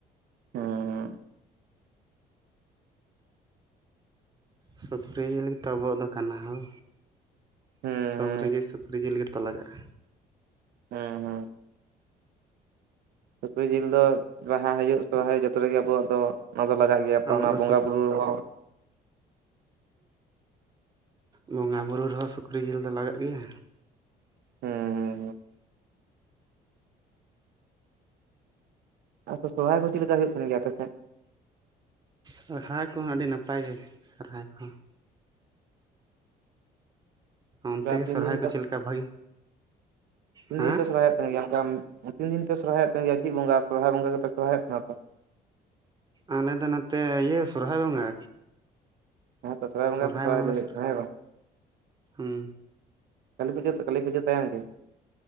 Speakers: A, on the right; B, on the right.
A: ᱚ
B: ᱥᱩᱠᱨᱤ ᱡᱤᱞ ᱜᱮ ᱛᱚᱵᱚᱜ ᱫᱚ ᱠᱟᱱᱟ ᱦᱚᱸ
A: ᱦᱩᱸ
B: ᱥᱚᱵ ᱨᱮᱜᱮ ᱥᱩᱠᱨᱤ ᱡᱤᱞ ᱜᱮᱛᱚ ᱞᱟᱜᱟᱜᱼᱟ
A: ᱦᱩᱸ ᱥᱩᱠᱨᱤ ᱡᱤᱞ ᱫᱚ ᱵᱟᱦᱟ ᱦᱩᱭᱩᱜ ᱥᱚᱨᱦᱟᱭ ᱦᱩᱭᱩᱜ ᱡᱚᱛᱚ ᱨᱮᱜᱮ ᱟᱵᱚᱣᱟᱜ ᱫᱚ ᱚᱱᱟ ᱞᱟᱜᱟᱜ ᱜᱮ
B: ᱟᱵᱚᱣᱟᱜ ᱫᱚ
A: ᱵᱚᱸᱜᱟ
B: ᱥᱩᱠ
A: ᱵᱩᱨᱩ ᱨᱮᱦᱚ
B: ᱵᱚᱸᱜᱟ ᱵᱩᱨᱩ ᱨᱮᱦᱚᱸ ᱥᱩᱠᱨᱤ ᱡᱤᱞ ᱫᱚ ᱞᱟᱜᱟᱜ ᱜᱮᱭᱟ
A: ᱦᱩ ᱦᱩ ᱥᱚᱨᱚᱨᱟᱭ ᱠᱚ ᱪᱮᱫ ᱞᱮᱠᱟ ᱦᱩᱭᱩᱜ ᱠᱟᱱᱟ ᱜᱮᱭᱟ ᱟᱯᱮ ᱥᱮᱫ
B: ᱥᱚᱨᱦᱟᱭ ᱠᱚᱦᱚᱸ ᱟᱹᱰᱤ ᱱᱟᱯᱟᱭ ᱜᱮ ᱥᱚᱨᱦᱟᱭ ᱠᱚᱦᱚᱸ ᱚᱱᱛᱮ ᱜᱮ
A: ᱛᱤᱱ
B: ᱥᱚᱨᱦᱟᱭ
A: ᱫᱤᱱ
B: ᱠᱚ ᱪᱮᱫ ᱞᱮᱠᱟ ᱵᱷᱟᱹᱜᱤ
A: ᱛᱤᱱ
B: ᱦᱮᱸ
A: ᱫᱤᱱ ᱯᱮ ᱥᱚᱨᱦᱟᱭᱚᱜ ᱜᱮᱭᱟ ᱚᱱᱠᱟ ᱛᱤᱱᱟᱜ ᱫᱤᱱ ᱯᱮ ᱥᱚᱨᱦᱟᱭᱚᱜ ᱠᱟᱱ ᱜᱮᱭᱟ ᱪᱮᱫ ᱵᱚᱸᱜᱟ ᱥᱚᱨᱦᱟᱭ ᱵᱚᱸᱜᱟ ᱜᱮᱯᱮ ᱥᱚᱨᱦᱟᱭᱚᱜ ᱠᱟᱱ ᱜᱮᱭᱟ ᱛᱚ
B: ᱟᱞᱮᱚ ᱱᱚᱛᱮ ᱤᱭᱟᱹ ᱥᱚᱨᱚᱦᱚᱨᱟᱭ ᱵᱚᱸᱜᱟ
A: ᱦᱮᱸ ᱛᱚ ᱵᱚᱸᱜᱟ
B: ᱥᱚᱨᱦᱟᱭ
A: ᱯᱮ
B: ᱵᱚᱜᱟᱞᱮ
A: ᱫᱚ ᱦᱩᱭᱩᱜ
B: ᱥᱳᱨᱼᱟ
A: ᱠᱟᱱᱟ ᱦᱮᱸ ᱵᱟᱝ
B: ᱩᱸ
A: ᱠᱟᱹᱞᱤ ᱯᱩᱡᱩᱜ ᱠᱟᱹᱞᱤ ᱯᱩᱡᱟᱹ ᱛᱚ ᱦᱮ ᱜᱮ